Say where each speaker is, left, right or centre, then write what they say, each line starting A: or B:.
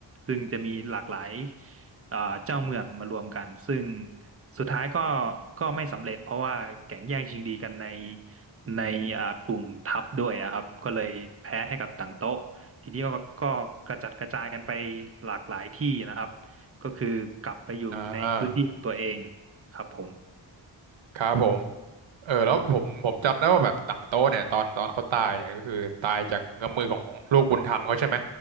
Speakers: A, on the right (about 30°); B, on the right (about 70°).
A: ซึ่งจะมีหลากหลายอ่าเจ้าเมืองมารวมกันซึ่งสุดท้ายก็ก็ไม่สำเร็จเพราะว่าแก่งแย่งชิงดีกันในในอ่ากลุ่มทัพด้วยอะครับก็เลยแพ้ให้กับต่างโต๊ะทีนี้ก็ก็กระจัดกระจายกันไปหลากหลายที่นะครับก็คือกลับไปอยู่ในพื้นที่ของตัวเอง
B: อ่า
A: ครับผม
B: ครับผมเออแล้วผมผมจำได้ว่าแบบต่างโตะเนี่ยตอนตอนเขาตายเนี่ยก็คือตายจากเงื้อมมือของลูกบุญธรรมเขาใช่ไหม